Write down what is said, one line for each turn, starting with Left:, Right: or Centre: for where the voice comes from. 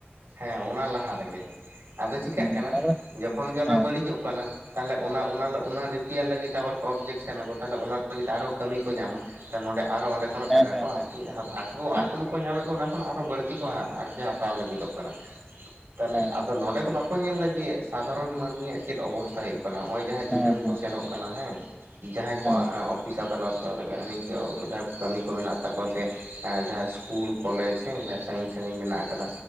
Right: ᱦᱮᱸ ᱚᱱᱟ ᱞᱟᱦᱟ ᱨᱮᱜᱮ ᱟᱫᱚ ᱪᱮᱤᱠᱟᱹᱜ
Centre: ᱦᱩᱸ
Right: ᱠᱟᱱᱟ
Centre: ᱛᱟᱯᱚᱨᱮ
Right: ᱡᱚᱠᱷᱚᱱ ᱜᱮ ᱚᱱᱟ
Centre: ᱦᱮᱸ
Right: ᱵᱟᱹᱲᱤᱡᱚᱜ ᱠᱟᱱᱟ, ᱛᱟᱦᱚᱞᱮ ᱚᱱᱟ ᱚᱱᱟ ᱨᱤᱯᱮᱭᱟᱨ ᱞᱟᱹᱜᱤᱫ ᱛᱮ ᱟᱵᱟᱨ ᱚᱵᱡᱮᱠᱥᱮᱱᱱᱟ ᱠᱚ ᱛᱟᱦᱚᱞᱮ ᱚᱱᱟ ᱞᱟᱹᱜᱤᱫ ᱛᱮ ᱟᱨᱦᱚᱸ ᱠᱟᱹᱢᱤ ᱠᱚ ᱧᱟᱢᱟ ᱾ ᱛᱮ ᱱᱚᱰᱮ ᱟᱨᱚ ᱚᱸᱰᱮ ᱠᱷᱚᱱᱟᱜ
Centre: ᱦᱮᱸ
Right: ᱴᱟᱠᱟ
Centre: ᱦᱮᱸ
Right: ᱠᱚ
Centre: ᱦᱮᱸ
Right: ᱟᱨᱠᱤ ᱟᱠᱚ
Centre: ᱦᱮᱸ
Right: ᱟᱠᱚ ᱢᱟᱠᱚ ᱧᱟᱢᱮᱫ ᱠᱚᱣᱟ ᱚᱱᱟ ᱠᱷᱚᱱᱟᱜ ᱟᱨᱦᱚ ᱵᱟᱹᱲᱛᱤ ᱠᱚ ᱟᱨᱠᱤ ᱦᱟᱛᱟᱣ ᱞᱟᱹᱜᱤᱫᱚᱜ ᱛᱟᱦᱚᱞᱮ
Centre: ᱦᱮᱸ ᱦᱮᱸ
Right: ᱟᱫᱚ ᱱᱚᱰᱮ ᱫᱚ ᱵᱟᱠᱚ ᱧᱮᱞᱫᱟ ᱡᱮ ᱥᱟᱫᱷᱟᱨᱚᱱ ᱢᱟᱹᱱᱢᱤᱭᱟᱜ ᱪᱮᱫ ᱚᱵᱚᱥᱛᱟ ᱦᱩᱭᱩᱜ ᱱᱚᱜᱚᱭ ᱡᱟᱦᱟᱸᱭ ᱫᱤᱱᱟᱹᱢ
Centre: ᱦᱮᱸ ᱦᱮᱸ
Right: ᱠᱚ ᱥᱮᱱᱚᱜ ᱠᱟᱱᱟ ᱦᱮᱸ ᱡᱟᱦᱟᱸᱭ ᱠᱚᱣᱟᱜ
Centre: ᱦᱮᱸ
Right: ᱚᱯᱷᱤᱥ ᱟᱫᱟᱞᱚᱛ ᱱᱤᱝᱠᱟᱹ ᱡᱟᱦᱟᱸᱭ ᱠᱟᱹᱢᱤ ᱠᱚ ᱢᱮᱱᱟᱜ ᱛᱟᱠᱚᱣᱟ ᱥᱮ ᱡᱟᱦᱟᱸᱭ ᱤᱥᱠᱩᱞ ᱠᱚᱞᱮᱡᱽ ᱥᱮ ᱡᱟᱦᱟᱸᱭ ᱥᱟᱜᱤᱧ ᱤ ᱢᱮᱱᱟᱜ ᱠᱟᱫᱟ